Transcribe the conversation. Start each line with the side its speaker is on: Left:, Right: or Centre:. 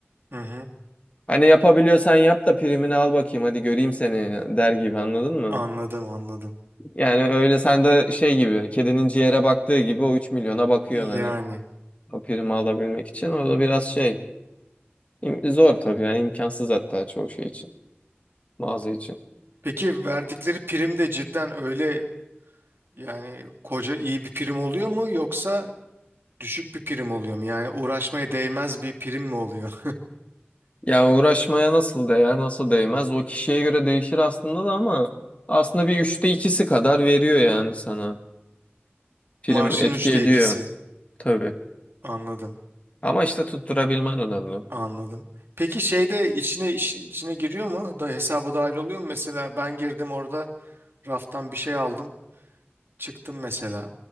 Right: hı. hı.
Left: Hani yapabiliyorsan yap da primini al bakayım hadi göreyim seni der gibi anladın mı?
Right: Anladım anladım.
Left: Yani öyle sen de şey gibi kedinin ciğere baktığı gibi o 3 milyona bakıyorsun
Right: Yani.
Left: hani o primi alabilmek için. O da biraz şey im- zor tabii yani imkansız hatta çoğu şey için mağaza için.
Right: Peki verdikleri prim de cidden öyle Yani koca iyi bir prim oluyor mu yoksa düşük bir prim oluyor mu? Yani uğraşmaya değmez bir prim mi oluyor?
Left: Yani uğraşmaya nasıl değer nasıl değmez o kişiye göre değişir aslında da ama aslında bir üçte ikisi kadar veriyor yani sana
Right: <laughs>
Left: prim
Right: Maaşın
Left: etki
Right: üçte
Left: ediyor
Right: ikisi.
Left: tabii.
Right: Anladım,
Left: Ama işte tutturabilmen önemli.
Right: anladım. Peki şeyde içine işin içine giriyor mu? Da hesaba dahil oluyor mu? Mesela ben girdim orada raftan bir şey aldım, çıktım mesela